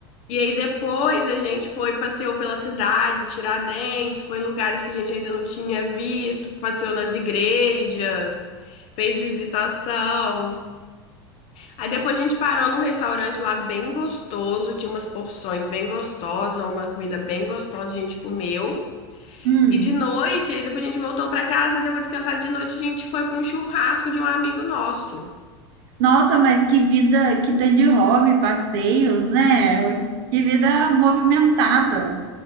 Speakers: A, on the left; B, on the right.
A: E aí depois a gente foi, passeou pela cidade, Tiradentes, foi em lugares que a gente ainda não tinha visto, passeou nas igrejas, fez visitação. Aí depois a gente parou num restaurante lá bem gostoso, tinha umas porções bem gostosas, uma comida bem gostosa, a gente comeu.
B: Hum.
A: E de noite, aí depois a gente voltou pra casa, deu uma descansada de noite, a gente foi pra um churrasco de um amigo nosso.
B: Nossa, mas que vida, que tanto de hobby, passeios, né? Que vida movimentada.